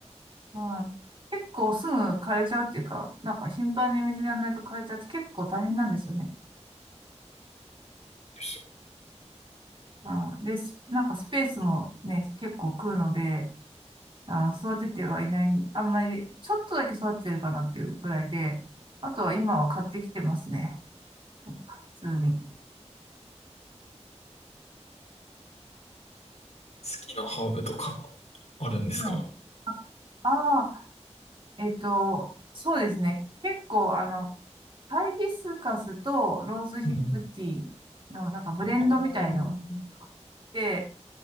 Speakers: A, on the right; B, on the left.
A: はい。結構すぐ枯れちゃうっていうか、なんか頻繁に水やらないと枯れちゃって結構大変なんですよね。
B: です
A: うん、で、すなんかスペースもね、結構食うので、あ、育ててはいない、あんまり、ちょっとだけ育ててるかなっていうぐらいで、あとは今は買ってきてますね。普通に。
B: 好きなハーブとかあるんですか
A: はい。ああ、えっと、そうですね。結構、あの、ハイビスカスとローズヒップティーのなんかブレンドみたいの
B: うん。ああ、う
A: で、